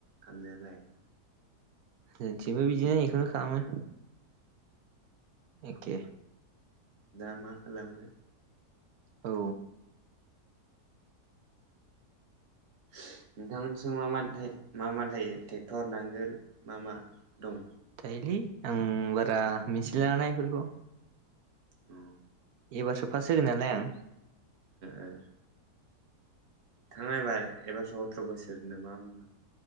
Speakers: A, on the right; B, on the right.
A: खालामनायालाय।
B: जोंथिबो बिदिनो इखौनो खालामो। एके।
A: दा मा खालामो।
B: औ।
A: <unintelligible> नोंथांमोननिथिं मा मा थाय मा मा थायो टेक्टर नांगोल मा मा दं?
B: थायोलै आं बारा मिथिलायलाङा ना एफोरखौ।
A: उम।
B: एबारसो फास्ट होगोन नालाय आं।
A: ओ थाङा एबार एबारस' अथ्र' बोसोर नामा होनोमबा?